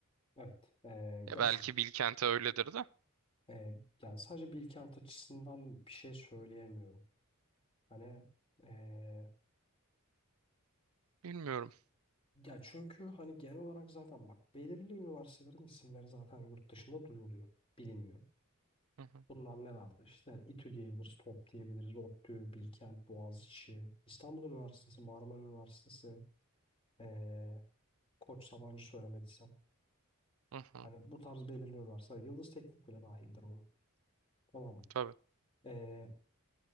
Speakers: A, on the left; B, on the right.
A: Evet, e,
B: Ya
A: gerçekten.
B: belki Bilkent'e öyledir de
A: E, yani sadece Bilkent açısından bir şey söyleyemiyorum. Hani e,
B: bilmiyorum.
A: ya çünkü hani genel olarak zaten bak belirli üniversitelerin isimleri zaten yurt dışında duyuluyor, biliniyor.
B: Hı hı,
A: Bunlar nelerdi? İşte İTÜ diyebiliriz, TOP diyebiliriz, ODTÜ, Bilkent, Boğaziçi, İstanbul Üniversitesi, Marmara Üniversitesi, e, Koç Sabancı söylemediysem.
B: hı hı.
A: Hani bu tarz belirliyorlarsa Yıldız Teknik bile dahildir bu. Tamam mı?
B: Tabii.
A: Ee,